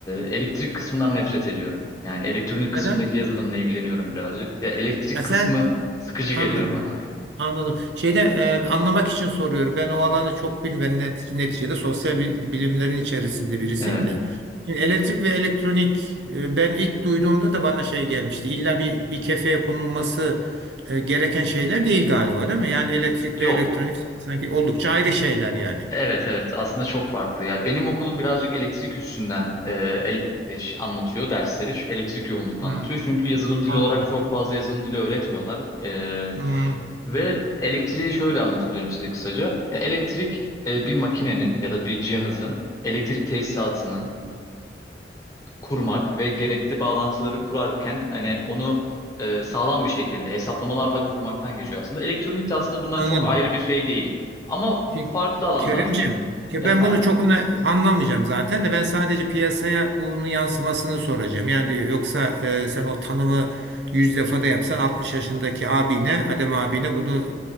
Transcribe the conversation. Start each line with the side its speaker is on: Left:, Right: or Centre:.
Left: elektrik kısmından nefret ediyorum. Yani elektronik
Right: Neden?
Left: kısmındaki yazılımla ilgileniyorum birazcık. Ya elektrik
Right: Ya
Left: kısmı
Right: sen
Left: sıkıcı
Right: anladım.
Left: geliyor bana.
Right: Anladım. Şeyde e, anlamak için soruyorum. Ben o alanı çok bilmem. Net- Neticede sosyal bil- bilimlerin içerisinde birisiyim
Left: Evet.
Right: de. Şimdi elektrik ve elektronik e, ben ilk duyduğumda da bana şey gelmişti. İlla bir bir kefeye konulması e, gereken şeyler değil galiba, değil mi? Yani elektrik
Left: Yok.
Right: ve elektronik sanki oldukça ayrı şeyler yani.
Left: Evet evet aslında çok farklı. Ya benim okulum birazcık elektrik üstünden e, el- e, ş- anlatıyor dersleri. Şu elektrik yoğunlukla
Right: Hmm,
Left: anlatıyor. Çünkü yazılım dili
Right: anladım.
Left: olarak çok fazla yazılım dili öğretmiyorlar. Ee,
Right: Hmm,
Left: ve elektriği şöyle anlatabilirim size kısaca. Ya elektrik e, bir makinenin ya da bir cihazın elektrik tesisatını kurmak ve gerekli bağlantıları kurarken hani onu e, sağlam bir şekilde hesaplamalarla kurmaktan geçiyor aslında. Elektronik de aslında bundan
Right: anladım.
Left: çok ayrı bir şey değil. Ama
Right: Ya
Left: farklı alanlar
Right: Kerimcim,
Left: gibi.
Right: ya
Left: Efendim.
Right: ben bunu çok öne anlamayacağım zaten de ben sadece piyasaya bunun yansımasını soracağım. Yani yoksa e, sen o tanımı yüz defa da yapsan 60 yaşındaki abine, Adem abine bunu